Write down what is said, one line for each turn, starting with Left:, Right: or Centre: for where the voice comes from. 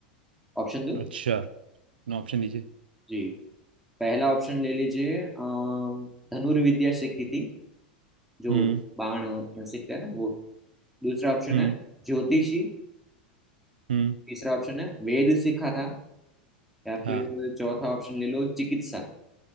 Centre: ऑप्शन दो
Right: अच्छा ऑप्शन दीजिए
Centre: जी पहला ऑप्शन ले लीजिए अम, धनुर्विद्या विद्या सीखी थी जो
Right: हम्म
Centre: बाण सीखते हैं ना वो दूसरा ऑप्शन
Right: हम्म
Centre: है ज्योतिषी
Right: हम्म
Centre: तीसरा ऑप्शन है वेद सीखा था या फिर
Right: हाँ
Centre: चौथा ऑप्शन ले लो चिकित्सा